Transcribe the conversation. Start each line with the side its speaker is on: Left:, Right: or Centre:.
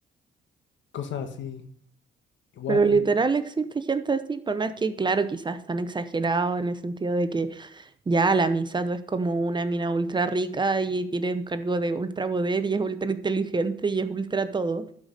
Left: Cosas así. Igual
Right: Pero literal existe gente así, por más que, claro, quizás están exagerados en el sentido de que Ya, la Misato es como una mina ultra rica y tiene un cargo de ultra poder y es ultra inteligente y es ultra todo.